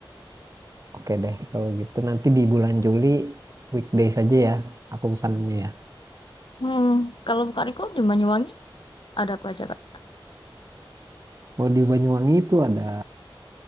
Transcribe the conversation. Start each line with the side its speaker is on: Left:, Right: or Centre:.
Right: Oke deh kalau gitu nanti di bulan Juli weekdays aja ya. Aku pesannya ya.
Left: Hmm, kalau Kak Riko di Banyuwangi ada apa aja, Kak?
Right: Oh, di Banyuwangi itu ada